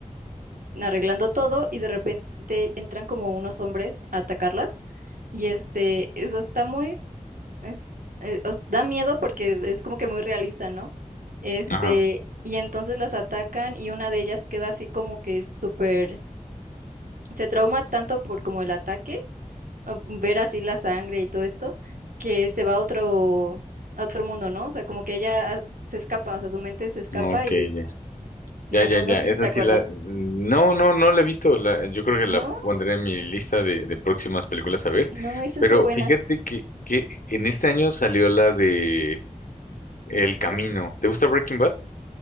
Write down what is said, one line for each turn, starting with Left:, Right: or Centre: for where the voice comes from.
Right: arreglando todo y de repente entran como unos hombres a atacarlas y este, eso está muy, es- eh, os- da miedo porque es como que muy realista, ¿no? Este,
Left: Ajá,
Right: y entonces las atacan y una de ellas queda así como que súper, se trauma tanto por como el ataque, o ver así la sangre y todo esto, que se va a otro, a otro mundo, ¿no? O sea, como que ella ah, se escapa, o sea, su mente se escapa
Left: ok,
Right: y
Left: ya.
Right: no,
Left: Ya, ya,
Right: no no
Left: ya.
Right: sé
Left: Esa
Right: si te acuerdas.
Left: sí la. No, no, no la he visto. La... Yo creo que
Right: No,
Left: la pondré en mi lista de, de próximas películas a ver.
Right: no, esa
Left: Pero
Right: es muy buena.
Left: fíjate que, que en este año salió la de El Camino. ¿Te gusta Breaking Bad?